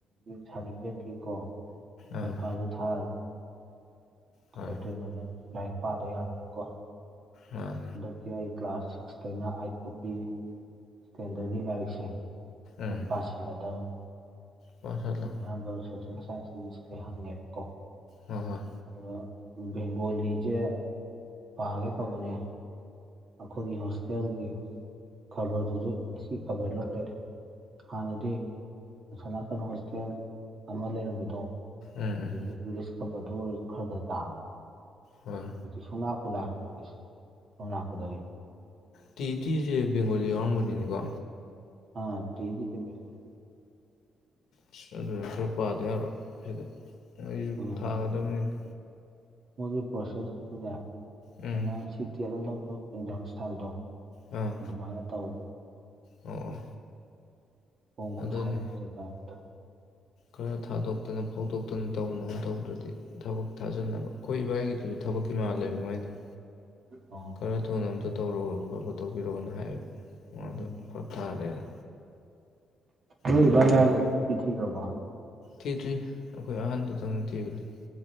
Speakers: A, on the right; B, on the left.
A: ꯁꯥꯔꯇꯤꯐꯤꯀꯦꯠꯀꯤ ꯀꯣ
B: ꯑꯥ
A: ꯄꯩꯈꯥꯗꯣ ꯊꯥꯔ
B: ꯍꯣꯏ
A: ꯁꯦꯞꯇꯦꯝꯕꯔꯅꯦ ꯑꯗꯨꯁꯨ ꯂꯥꯏꯔꯤꯛ ꯄꯥꯗ ꯌꯥꯔꯣꯏꯀꯣ
B: ꯑ
A: ꯍꯟꯗꯛꯇꯤ ꯑꯩ ꯀ꯭ꯂꯥꯁ ꯁꯤꯛꯁꯇꯩꯅ ꯑꯥꯏꯠ ꯄꯨꯛꯀꯤ ꯁ꯭ꯇꯦꯟꯗꯔꯒꯤ ꯂꯥꯏꯔꯤꯛꯁꯦ
B: ꯎꯝ
A: ꯄꯥꯥꯁꯜꯂꯗꯕꯅꯤ
B: ꯄꯥꯁꯜꯂꯣ
A: ꯑꯌꯥꯝꯕ ꯁꯣꯁꯦꯜ ꯁꯥꯏꯟꯁꯤꯁꯨ ꯁꯤꯗꯩ ꯍꯪꯉꯦꯕꯀꯣ
B: ꯍꯣꯏ ꯍꯣꯏ
A: ꯑ ꯕꯦꯡꯒꯣꯂꯤꯁꯦ ꯄꯥꯒꯦ ꯇꯧꯕꯅꯦ ꯑꯩꯈꯣꯏꯒꯤ ꯍꯣꯁꯇꯦꯜꯒꯤ ꯈꯕꯔꯗꯨꯁꯨ ꯏꯪꯂꯤꯁꯀꯤ ꯈꯕꯔ ꯂꯧ ꯂꯩꯔꯦ꯫ ꯍꯥꯟꯅꯗꯤ ꯑꯁꯣꯝ ꯅꯥꯀꯟ ꯍꯣꯁꯇꯦꯜ ꯑꯃ ꯂꯩꯔꯝꯕꯗꯣ꯫
B: ꯎꯝ
A: ꯑꯗꯨꯅ
B: ꯎꯝ
A: ꯏꯪꯂꯤꯁ ꯈꯕꯔꯗꯨ ꯑꯣꯏꯔꯁꯨ ꯈꯔꯗ
B: ꯍꯣꯏ꯫
A: ꯁꯨꯂꯥꯛꯄꯨ ꯂꯥꯛꯈꯤꯗꯔꯦ ꯁꯣꯝ ꯂꯥꯛꯄꯗꯗꯤ꯫
B: ꯇꯤ ꯇꯤꯁꯦ ꯕꯦꯡꯒꯣꯂꯤ ꯌꯥꯎꯔꯝꯒꯅꯤꯅꯦꯀꯣ꯫
A: ꯑ ꯗꯤ ꯗꯤ ꯁꯦ ꯕꯦꯡꯒꯣꯜꯂꯤꯗ꯫
B: ꯑꯁ ꯑꯗꯨꯅ ꯈꯔ ꯄꯥꯗ ꯌꯥꯔꯣ ꯁꯤꯗꯤ ꯑꯩꯁꯨ
A: ꯎꯝ
B: ꯊꯥꯒꯗꯝꯅꯤꯅꯦ꯫
A: ꯃꯣꯏꯒꯤ ꯄ꯭ꯔꯣꯁꯦꯁꯇꯨꯗꯅ
B: ꯎꯝ
A: ꯑꯃ ꯁꯤ ꯇꯦꯠ ꯅ ꯂꯧꯕ ꯑꯦꯛꯖꯥꯝ ꯊꯥꯕꯗꯣ
B: ꯑꯥ ꯑꯣ
A: ꯑꯗꯨꯃꯥꯏꯅ ꯇꯧꯑꯣ
B: ꯑꯣ
A: ꯍꯣꯡ ꯈꯨꯠ
B: ꯑꯗꯨꯅꯤ
A: <unintelligible>
B: ꯈꯔ ꯊꯥꯗꯣꯛꯇꯅ ꯐꯥꯎꯗꯣꯛꯇꯅ ꯇꯧꯅꯕ ꯇꯧꯗ꯭ꯔꯗꯤ ꯊꯕꯛ ꯊꯥꯖꯅꯕ ꯑꯩꯈꯣꯏ ꯏꯕꯥꯏꯒꯤꯗꯨꯁꯨ ꯊꯕꯛꯀꯤ ꯃꯥꯜꯂꯦꯕ ꯃꯥꯏꯗꯣ
A: ꯑꯧ
B: ꯈꯔ ꯊꯨꯅ ꯑꯝꯇ ꯇꯧꯔꯛꯑꯣ ꯈꯣꯠꯂꯣ ꯇꯧꯕꯤꯔꯛꯑꯣꯅ ꯍꯥꯏꯌꯦꯕ ꯃꯥꯗꯣ
A: ꯎꯝ
B: ꯐꯔꯛ ꯇꯥꯔꯦꯅ
A: ꯅꯣꯏ
B: ꯑꯗꯨ
A: ꯏꯕꯥꯏ
B: ꯃꯥꯒꯤ
A: ꯌꯥꯏꯃꯗꯨ ꯅꯨꯄꯤ ꯊꯤꯈ꯭ꯔꯕꯣ꯫
B: ꯊꯤꯗ꯭ꯔꯤ ꯑꯩꯈꯣꯏ ꯑꯍꯟꯗꯨꯗꯪ ꯊꯤꯕꯗꯤ꯫